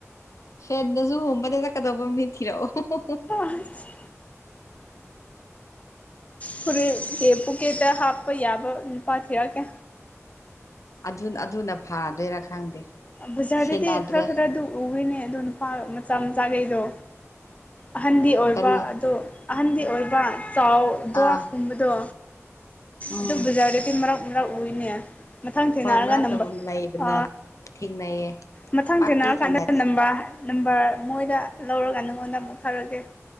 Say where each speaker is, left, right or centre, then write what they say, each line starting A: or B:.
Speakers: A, on the left (about 75°); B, on the left (about 25°).
A: ꯐꯦꯟꯗꯁꯨ ꯍꯨꯝꯕꯗ ꯆꯠꯀꯗꯧꯕ ꯃꯤ ꯊꯤꯔꯛꯑꯣ
B: ꯑꯁ ꯐꯔ ꯀꯦ ꯄꯨꯀꯦꯠꯇ ꯍꯥꯞꯄ ꯌꯥꯕ ꯅꯨꯄꯥ ꯊꯤꯔꯛꯀꯦ
A: ꯑꯗꯨ ꯑꯗꯨꯅ ꯐꯔꯗꯣꯏꯔꯥ ꯈꯪꯗꯦ
B: ꯕꯖꯥꯔꯗꯗꯤ
A: ꯁꯦꯟꯅꯗ꯭ꯔꯦ
B: ꯈꯔ ꯈꯔ ꯑꯗꯨ ꯎꯋꯦꯅꯦ ꯑꯗꯣ ꯅꯨꯄꯥ ꯃꯆꯥ ꯃꯆꯥꯈꯩꯗꯣ ꯑꯍꯟꯗꯤ ꯑꯣꯏꯕ
A: ꯀꯔꯤ
B: ꯑꯗꯣ ꯑꯍꯟꯗꯤ ꯑꯣꯏꯕ ꯆꯥꯎ ꯗ꯭ꯋꯥꯞꯀꯨꯝꯕꯗꯣ
A: ꯑꯥ ꯎꯝ
B: ꯑꯗꯨ ꯕꯖꯥꯔꯗꯗꯤ ꯃꯔꯛ ꯃꯔꯛ ꯎꯏꯅꯦ ꯃꯊꯪ ꯊꯦꯡꯅꯔꯒ
A: ꯍꯣꯏ ꯃꯔꯛꯇ
B: ꯅꯝꯕꯔ
A: ꯂꯩꯕꯅꯦ
B: ꯑ
A: ꯊꯦꯡꯅꯩꯌꯦ
B: ꯃꯊꯪ
A: ꯄꯥꯛꯇꯤ
B: ꯊꯦꯡꯅꯔꯀꯥꯟꯗ
A: ꯊꯦꯡꯅꯗꯦ
B: ꯅꯝꯕꯔ ꯅꯝꯕꯔ ꯃꯣꯏꯗ ꯂꯧꯔꯒ ꯅꯪꯉꯣꯟꯗ ꯑꯃꯨꯛ ꯊꯥꯔꯛꯀꯦ